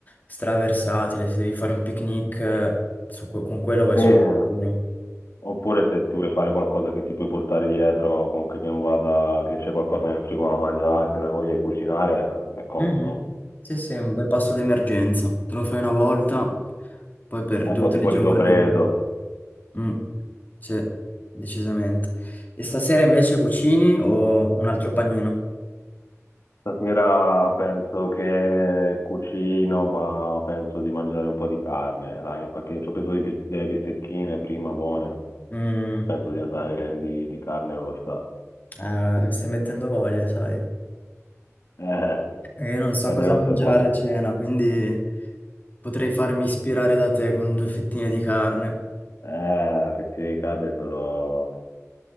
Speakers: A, on the left; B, on the left.
A: straversatile, se devi fare un picnic eh, su que- con quello vai
B: Sì,
A: sul
B: eh.
A: sicuro.
B: Oppure se ti vuoi fare qualcosa che ti puoi portare dietro, comunque che non vada, che c'è qualcosa nel frigo da mangiare, se non hai voglia di cucinare, eh, è comodo,
A: Mhm.
B: no?
A: Sì, sì, è un bel pasto d'emergenza, te lo fai una volta, poi per
B: E
A: due
B: poi
A: o tre
B: tipo
A: giorni.
B: il riso freddo.
A: Mm, sì, decisamente. E stasera invece cucini o un altro panino?
B: Stasera penso che cucino, ma penso di mangiare un po' di carne, dai, perché ci ho preso dei bis- delle bistecchine prima buone,
A: Mm,
B: penso di andare di, di carne rossa.
A: eh, mi stai mettendo voglia, sai?
B: Eh,
A: Perché Io non so
B: carne
A: cosa
B: rossa
A: mangiare
B: è buona.
A: a cena, quindi... Potrei farmi ispirare da te con due fettine di carne.
B: Eh, fettuine di carne sono